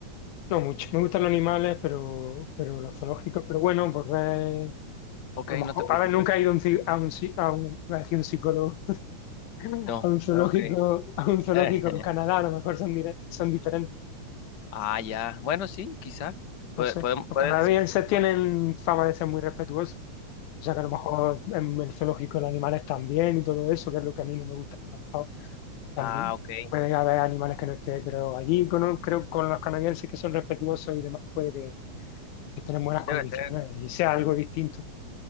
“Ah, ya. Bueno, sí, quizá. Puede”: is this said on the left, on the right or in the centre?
Left